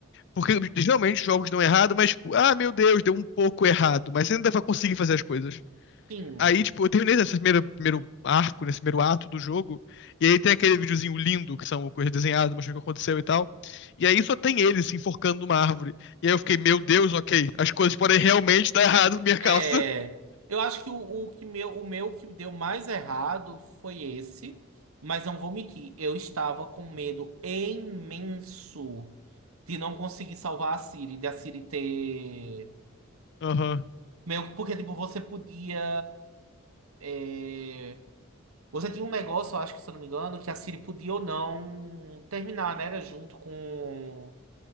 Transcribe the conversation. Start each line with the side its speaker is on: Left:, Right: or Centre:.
Left: Porque geralmente os jogos dão errado, mas, tipo, ah, meu Deus, deu um pouco errado. Mas você ainda vai conseguir fazer as coisas.
Right: Sim.
Left: Aí, tipo, eu terminei nesse primeiro, primeiro arco, nesse primeiro ato do jogo. E aí tem aquele videozinho lindo, que são coisas desenhadas, mostrando o que aconteceu e tal. E aí só tem ele se enforcando numa árvore. E aí eu fiquei, meu Deus, ok. As coisas podem realmente dar errado por minha causa.
Right: É, eu acho que o, o que meu, o meu que deu mais errado foi esse, mas não vou mentir, eu estava com medo imenso de não conseguir salvar a Siri, de a Siri ter
Left: Aham.
Right: meio que porque tipo você podia é, você tinha um negócio, eu acho que se eu não me engano, que a Siri podia ou não terminar, né? Era junto com